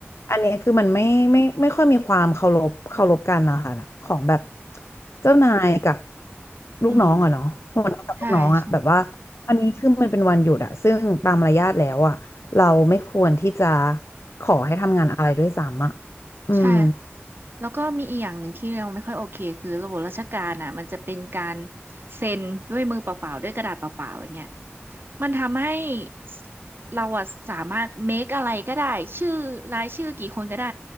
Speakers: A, on the left (about 75°); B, on the right (about 50°).
A: อันเนี้ยคือมันไม่ไม่ไม่ค่อยมีความเคารพเคารพกันนะคะของแบบเจ้านายกับลูกน้องอะเนาะหัวหน้ากับลูกน้องอะแบบว่า
B: อืมใช่ใช่
A: อันนี้คือมันเป็นวันหยุดอะซึ่งตามมารยาทแล้วอะเราไม่ควรที่จะขอให้ทำงานอะไรด้วยซ้ำอะอืม
B: ใช่ แล้วก็มีอีกอย่างหนึ่งที่เราไม่ค่อยโอเคคือระบบราชการอ่ะมันจะเป็นการเซ็นด้วยมือเปล่าๆด้วยกระดาษเปล่าๆอย่างเงี้ยมันทำให้สเราอะสามารถ make อะไรก็ได้ชื่อรายชื่อกี่คนก็ได้